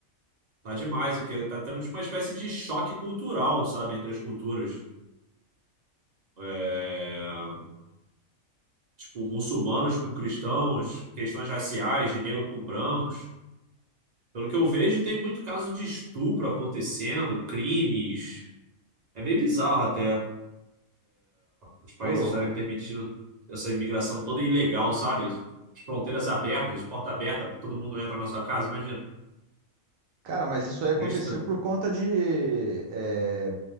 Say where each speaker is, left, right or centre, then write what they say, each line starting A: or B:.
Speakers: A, on the right; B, on the right.
A: tá demais. E que tá tendo tipo, uma espécie de choque cultural, sabe? Entre as culturas. É, tipo, muçulmanos com cristãos, questões raciais, de negro com brancos. Pelo que eu vejo, tem muito caso de estupro acontecendo, crimes. É meio bizarro até. os países
B: Ô, louco.
A: estarem permitindo essa imigração toda ilegal, sabe? As fronteiras abertas, porta aberta, todo mundo entra na sua casa, imagina.
B: Cara, mas isso aí aconteceu
A: É estranho.
B: por conta de é,